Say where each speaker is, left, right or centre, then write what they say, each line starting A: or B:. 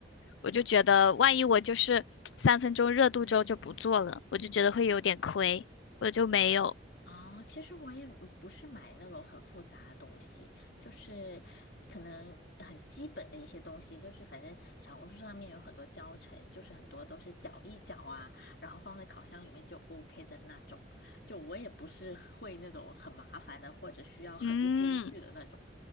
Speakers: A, on the left (about 80°); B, on the left (about 65°).
A: 我就觉得万一我就是三分钟热度之后就不做了，我就觉得会有点亏，我就没有，
B: 啊，其实我也嗯不是买那种很复杂的东西，就是可能很基本的一些东西，就是反正小红书上面有很多教程，就是很多都是搅一搅啊，然后放在烤箱里面就 OK 的那种。就我也不是会那种很麻烦的，或者需要很多工具的那种，
A: 嗯，